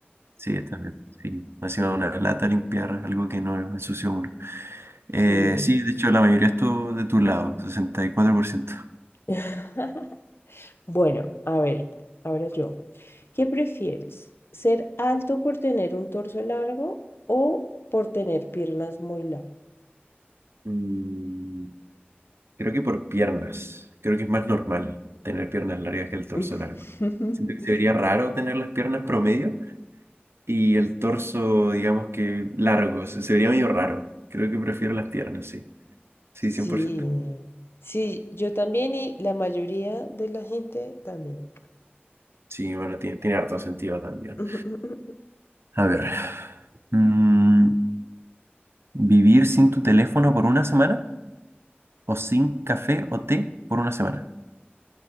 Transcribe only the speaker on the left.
Sí.
<laughs> Bueno, a ver, ahora yo. ¿Qué prefieres? ¿Ser alto por tener un torso largo o por tener piernas muy largas?
<laughs>
Sí,
sí, yo también y la mayoría de la gente también.
<laughs>